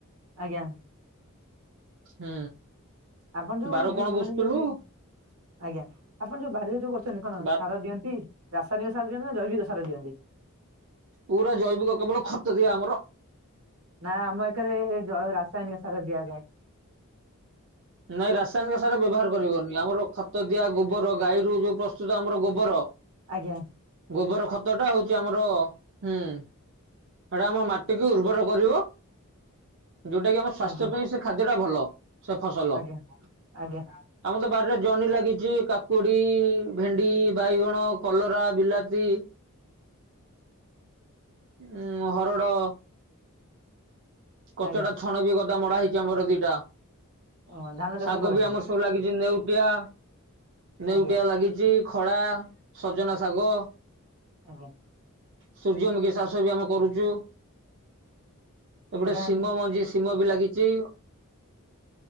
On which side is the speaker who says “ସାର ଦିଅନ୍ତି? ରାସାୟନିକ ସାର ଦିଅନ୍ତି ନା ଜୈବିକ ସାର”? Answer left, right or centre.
Right